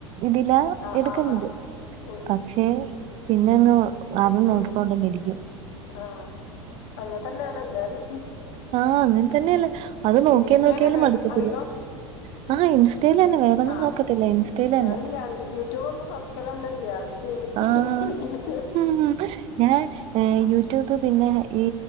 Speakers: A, on the right (about 40°); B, on the left (about 55°).
A: ഇതിലാ
B: ആഹ്
A: എടുക്കുന്നത്
B: ആഹ് ആഹ് ഉം
A: പക്ഷേ പിന്നെ ഒന്ന് അതും
B: ഉം
A: നോക്കിക്കൊണ്ടന്നിരിക്കും
B: ആഹ് അങ്ങെ തന്നെയാണ് എല്ലാരും
A: ആഹ് അങ്ങനെ തന്നെയല്ലേ അത് നോക്കിയ
B: ഇൻസ്റ്റേലല്ലേ
A: നോക്കിയാലും മടുക്കത്തില്ല
B: അധികം
A: ആഹ് ഇൻസ്റ്റയിലന്നെ വേറെൊന്നും
B: ആഹ്
A: നോക്കത്തില്ല ഇൻസ്റ്റയിലന്നെ
B: ഞാനില്ല യൂട്യൂബ് ഒന്നും തുറക്കലന്നെല്ല പക്ഷെ ഇൻസ്റ്റ
A: ആ
B: <unintelligible>
A: ഉം ഞാൻ ഉം യൂട്യൂബ് പിന്നെ ഈ